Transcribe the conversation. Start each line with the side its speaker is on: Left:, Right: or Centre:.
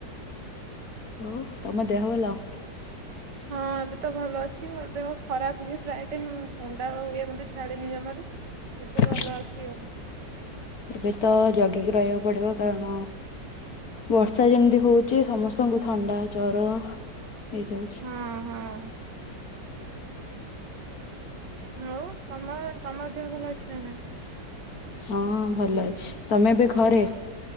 Left: ଆଉ ତମ ଦେହ ଭଲ?
Right: ହଁ ଏବେ ତ ଭଲ ଅଛି। ମୋ ଦେହ ଖରାପ ହୁଏ ପ୍ରାୟ ଟାଇମ୍, ଥଣ୍ଡା ହୁଏ ମତେ ଛାଡେନି ଜମାରୁ। ଏବେ
Left: ଆଛା।
Right: ଭଲ ଅଛି ଆଉ
Left: ଏବେ ତ ଜଗିିକି ରହିବାକୁ ପଡିବ। କାରଣ ବର୍ଷା ଯେମିତି ହଉଛି ସମସ୍ତଙ୍କୁ ଥଣ୍ଡା ଜର ହେଇଯାଉଛି।
Right: ହଁ, ହଁ। ହଉ ତମର, ତମର ଦେହ ଭଲ ଅଛି ନା ନାଇଁ?
Left: ହଁ ଭଲ ଅଛି। ତମେ ବି ଘରେ?